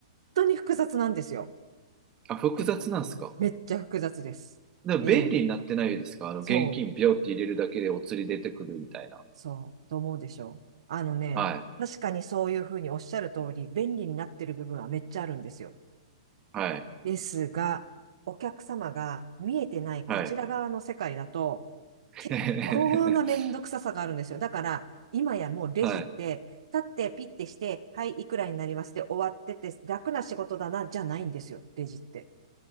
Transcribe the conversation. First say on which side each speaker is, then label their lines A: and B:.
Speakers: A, on the right (about 70°); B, on the right (about 25°).
A: 当に複雑なんですよ。
B: あ、複雑なんですか
A: めっちゃ複雑です。
B: でも便利になってないですかあの、
A: ええ、そう。
B: 現金ビョって入れるだけでお釣り出てくるみたいな。
A: そう、と思うでしょう。あのね、
B: はい。
A: 確かにそういうふうにおっしゃる通り、便利になってる部分はめっちゃあるんですよ。
B: はい。
A: ですが、お客様が見えてないこちら側の世界だと、
B: はい。<laughs>
A: 結構なめんどくささがあるんですよ。だから、今やもうレジって、
B: はい。
A: 立ってピッてして、はい、いくらになりますで終わってて、楽な仕事だな、じゃないんですよ、レジって。